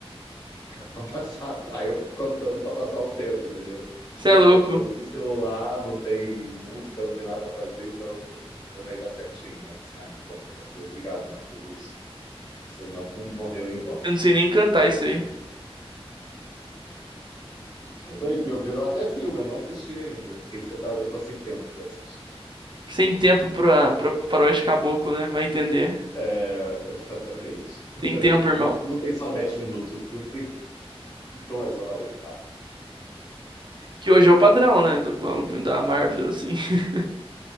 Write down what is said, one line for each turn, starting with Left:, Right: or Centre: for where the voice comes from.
Left: <laughs> para passar. Aí eu fico contando para passar o tempo, entendeu?
Right: você
Left: Você
Right: é louco.
Left: sabe, tipo, não tem celular, não tem música, não tem nada para fazer, então eu fico contando aí dá certinho. Aí eu falei assim, ah, que bom, graças a Deus, obrigado, Renato Russo. Você não morreu em vão.
Right: Eu não sei nem cantar isso aí.
Left: Daí que pior, virou até filme, eu não assisti ainda. Fiquei- eu, tá- eu tô sem tempo para assistir.
Right: Sem tempo pra, pra faroeste caboclo, né? Vai entender.
Left: É, <laughs> exatamente.
Right: Tem tempo,
Left: Porque
Right: irmão.
Left: o filme não tem só 10 minutos, o filme tem duas horas, lá.
Right: Que hoje é o padrão, né? Do do filme da Marvel, assim. <laughs>